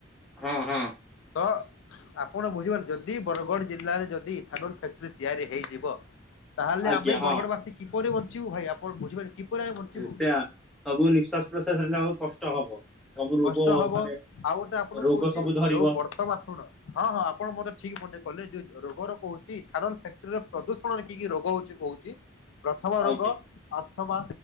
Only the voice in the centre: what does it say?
ହଁ- ହଁ।
ଆଜ୍ଞା
ହଁ
<unintelligible> ସବୁ ନିଶ୍ୱାସ ପ୍ରଶ୍ୱାସ ନେଲାବେଳକୁ କଷ୍ଟ ହବ। ସବୁ ରୋଗ
ମାନେ
ରୋଗ
ସବୁ ଧରିବ
ଆଜ୍ଞା